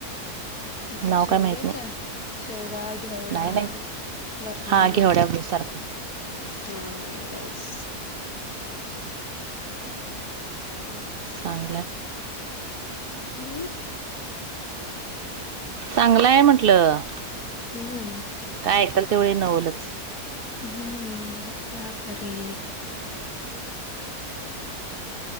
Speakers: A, on the left (about 65°); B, on the right (about 80°).
A: काय
B: नाव
A: शेवग्याच्या,
B: माहित नाही
A: शेवगा घेवडा?
B: नाही नाही
A: वरणा
B: हा घेवड्या सारखं
A: हम् एस. कि <inaudible>
B: चांगलं.
A: हम.
B: चांगलं आहे म्हंटलं
A: हम्म
B: काय ऐकाल तेवढ नवलच.
A: हम. क्या करे?